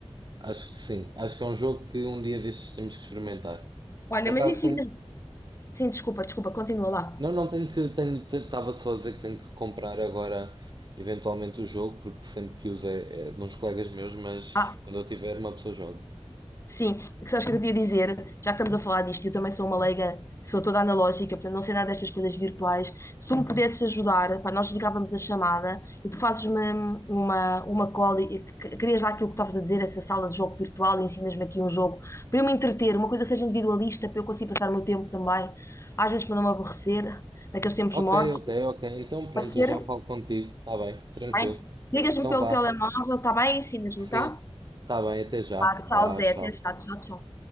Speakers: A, on the right; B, on the left.
A: Acho que sim. Acho que é um jogo que um dia destes temos que experimentar.
B: Olha,
A: Por
B: mas
A: acaso
B: em Sintra...
A: tenho.
B: Sim, desculpa, desculpa, continua lá.
A: Não, não tenho que. Tenho, estava só a dizer que tenho que comprar agora, eventualmente, o jogo, porque sempre que uso é, é de uns colegas meus, mas
B: Ah,
A: quando eu tiver, uma pessoa joga.
B: sim, porque sabes o que sabes que eu queria dizer, já que estamos a falar disto, eu também sou uma leiga, sou toda analógica, portanto não sei nada destas coisas virtuais. Se tu me pudesses ajudar, pá, nós ligávamos a chamada e tu fazes-me uma, uma call e e que- querias lá aquilo que estavas a dizer, essa sala de jogo virtual e ensinas-me aqui um jogo para eu me entreter, uma coisa que seja individualista, para eu conseguir passar o meu tempo também, às vezes para não me aborrecer, naqueles tempos mortos.
A: Ok, ok, ok. Então pronto,
B: Pode ser?
A: eu já falo contigo. Está bem, tranquilo.
B: Tá Bem? Ligas-me
A: Então
B: pelo
A: vá.
B: telemóvel, está bem? Ensinas-me,
A: Sim,
B: tá?
A: está bem, até já.
B: Tá, tchau,
A: Vá,
B: Zé.
A: tchau.
B: Até já. Tchau, tchau.